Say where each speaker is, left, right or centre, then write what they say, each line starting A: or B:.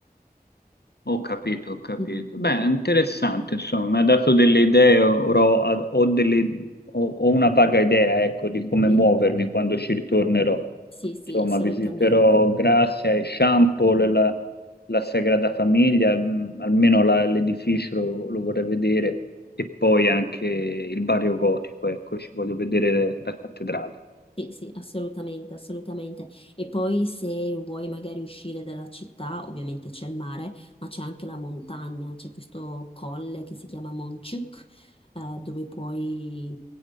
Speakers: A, on the left; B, on the left.
A: Ho capito, ho capito.
B: Mhm,
A: Beh,
B: mhm,
A: è interessante, insomma, mi ha dato delle idee, ora ho, ho delle- ho- ho una vaga idea, ecco, di come
B: sì.
A: muovermi quando ci ritornerò.
B: Sì, sì,
A: Insomma,
B: assolutamente.
A: visiterò Grazia e Champol, la, la Sagrada Famiglia, mh, almeno la- l'edificio lo, lo vorrei vedere, e poi anche il barrio gotico, ecco, ci voglio vedere la cattedrale.
B: Sì, sì, assolutamente, assolutamente. E poi se vuoi magari uscire dalla città, ovviamente c'è il mare, ma c'è anche la montagna, c'è questo colle che si chiama Monciuc, eh, dove puoi